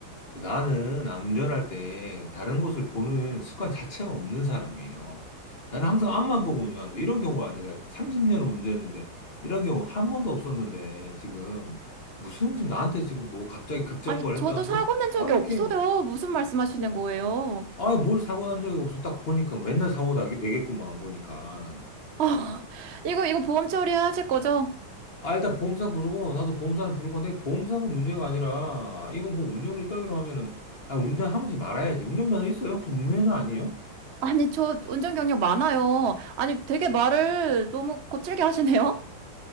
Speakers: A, on the left; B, on the right.
A: 나는 아, 운전할 때 다른 곳을 보는 습관 자체가 없는 사람이에요. 나는 항상 앞만 보고 운전한다. 이런 경우가 내가 30년을 운전했는데 이런 경우 한 번도 없었는데 지금 무슨 지금 나한테 지금 뭐 갑자기 급정거를
B: 아니, 저도
A: 했다는데
B: 사고 낸 적이
A: 아 이렇게
B: 없어요. 무슨 말씀하시는 거예요?
A: 아 뭘 사고 난 적이 없어 딱 보니까 맨날 사고 나게 되겠구만 보니까
B: 아, 이거, 이거 보험 처리하실 거죠?
A: 아, 일단 보험사 부르고, 나도 보험사는 부를 건데, 보험사가 문제가 아니라, 이거 뭐 운전을 따위로 하면은, 아, 운전하지 말아야지. 운전면허 있어요? 혹시 무면허 아니에요?
B: 아니, 저 운전 경력 많아요. 아니, 되게 말을 너무 거칠게 하시네요?